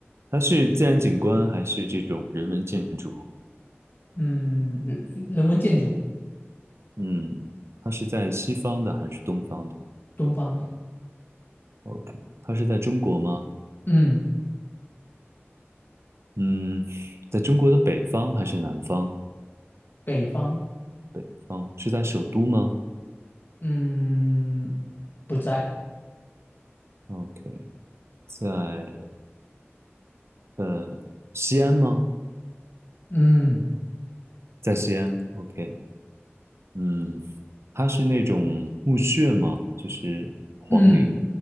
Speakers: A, on the right (about 70°); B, on the left (about 50°).
A: 它是自然景观还是这种人文建筑？
B: 嗯，人人文建筑，
A: 嗯，它是在西方的还是东方的
B: 东方。
A: ？OK，它是在中国吗？
B: 嗯。
A: 嗯，在中国的北方还是南方？
B: 北方，
A: 北方是在首都吗
B: 嗯，不在，
A: ？OK，在呃西安吗？
B: 嗯
A: 在西安，OK，嗯，它是那种墓穴吗？就是皇陵，
B: 嗯